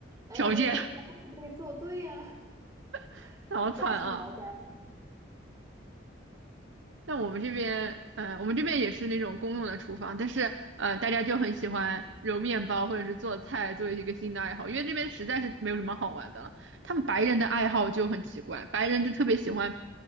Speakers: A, on the right; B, on the right.
A: 哎呀，
B: 条件，
A: 没有那个东西可以做对呀，
B: <laughs>
A: <laughs>
B: 好惨啊。
A: 抓心挠肝。
B: 那我们这边，嗯，我们这边也是那种公用的厨房，但是呃，大家就很喜欢揉面包或者是做菜作为一个新的爱好，因为这边实在是没有什么好玩的了。他们白人的爱好就很奇怪，白人就特别喜欢，